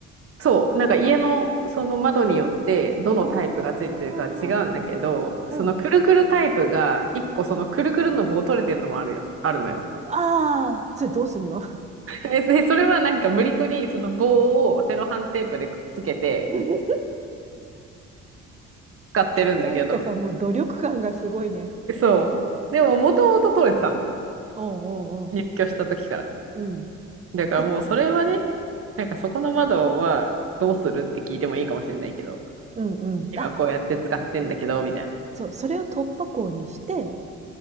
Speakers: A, on the right; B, on the right.
A: そう、なんか家のその窓によってどのタイプがついてるか違うんだけど、
B: ああ、
A: そのくるくるタイプが一個そのくるくるの棒取れてるのもあるよ、
B: うん。
A: あるのよ。
B: ああ、それどうすんの
A: <laughs> で、でそれはなんか無理くりその棒をセロハンテープでくっつけて
B: <laughs>
A: 使ってるんだけど、
B: なんかさ、もう努力感がすごいね。
A: そう。でももともと取れてたの。
B: うんうんうん。
A: 入居した時から。
B: うん。
A: だからもうそれはね、
B: てか
A: なんかそこの窓はどうするって聞いてもいいかもしれないけど、
B: うんうん。
A: 今こうやって使ってんだけど、
B: あ、
A: みたいな。
B: そう、それを突破口にして、